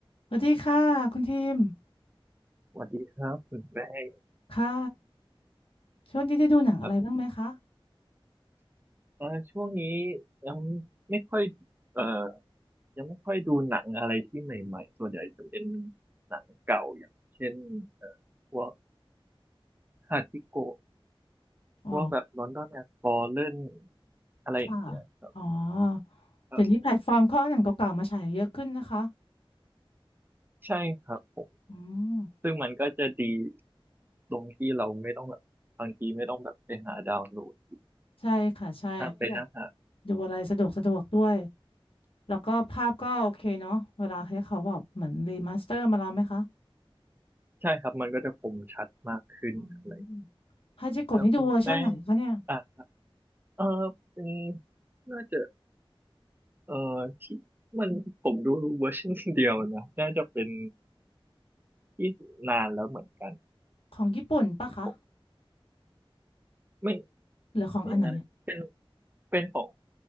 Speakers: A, on the left; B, on the right.
A: สวัสดีค่ะคุณทีม
B: สวัสดีครับคุณแป้ง
A: ค่ะช่วงนี้ได้ดูหนังอะไรบ้างไหมคะ
B: ครับเอ่อช่วงนี้ยังไม่ค่อยเอ่อยังไม่ค่อยดูหนังอะไรที่ใหม่ๆส่วนใหญ่จะเป็นหนังเก่าอย่างเช่นเอ่อพวกฮาทิโกะ
A: อ๋อ
B: พวกแบบลอนดอนแอ f ฟอลเล่นอะไรอย่างเงี้ยครับ
A: ค่ะอ๋อ
B: ครับ
A: เดี๋ยวนี้แพลตฟอร์มเขาเอาหนังเก่าๆมาฉายเยอะขึ้นนะคะ
B: ใช่ครับผม
A: อืม
B: ซึ่งมันก็จะดีตรงที่เราไม่ต้องแบบบางทีไม่ต้องแบบไปหาดาวน์โหลด
A: ใช่ค่ะใช่ก็อยาก
B: นั่งไปนั่งหา
A: ดูอะไรสะดวกสะดวกด้วยแล้วก็ภาพก็โอเคเนาะเวลาที่เขาแบบเหมือนรีมาสเตอร์มาแล้วไหมคะ
B: ใช่ครับมันก็จะคมชัดมากขึ้นอะไร
A: อืมฮาจิโกะนี่ดูเวอร์ชันไหนคะเนี่ย
B: แล้วคุณแป้งอ่ะเออเป็นน่าจะ เออที่มันผมดูเวอร์ชันเดียวนะ <laughs> น่าจะเป็นที่นานแล้วเหมือนกัน
A: ของญี่ปุ่นปะคะ
B: ผมไม่
A: หรือของอันไหน
B: ไม่น่าเป็นเป็นของ